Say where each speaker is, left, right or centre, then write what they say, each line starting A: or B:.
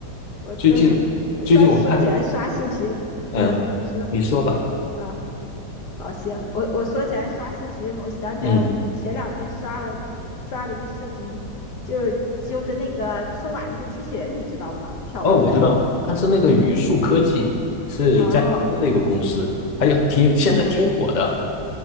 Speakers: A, on the left; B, on the left.
A: 我对
B: 最近最近我看，
A: <laughs>，刷说起来刷视频，
B: 嗯，
A: 嗯，你说
B: 你说吧。
A: 啊。好，行，我我说起来刷视频，我想起来我前两天刷了刷了一个视频，
B: 嗯，
A: 就是就是那个春晚那个机器人，你知道吗？跳舞的。
B: 哦，我知道，它是那个宇树科技，是在杭州的一个公司，
A: 哦
B: 还有挺现在挺火的，
A: 哦